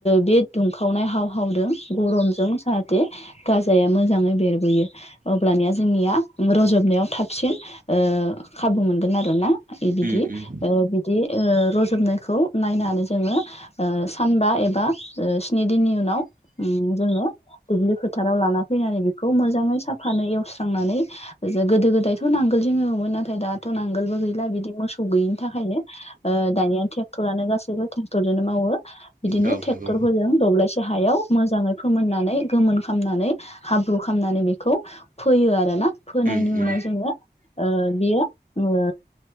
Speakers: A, on the left; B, on the right.
A: बे दुंखावनाय हाव हावदों गरमजों जाहाथे गाजाया मोजाङै बेरबोयो अब्लानिया जोंनिया रजबनायाव थाबसिन खाबु मोनगोन आरोना बिदि
B: उम उम
A: ओ बिदि ओ रज'नायखौ नायनानै जों सानबा एबा स्नि दिननि उन हेलौ उम जोंङो दुब्लि फोथाराव लाना फैनानै बिखौ मोजांङै सा फानो एवस्रांनानै गोदो गोदायथ' नांगोलजोंनो एवोन नाथाय दाथ' नांगोलबो गैला बि मोसौ गैयिनि थाखायनो ओ दानिया ट्रेक्टरानो गासैबो ट्रेक्टर जोंनो मावो बिदिनो
B: औ
A: ट्रेक्टरफोरजों
B: नंगौ
A: दब्लायसे हायाव मोजाङै फोमोननानै गोमोन खामनानै हाब्रु खामनानै बेखौ फोयो आरोना फोनायनि
B: उम उम
A: उनाव जोंङो ओ बियो ओ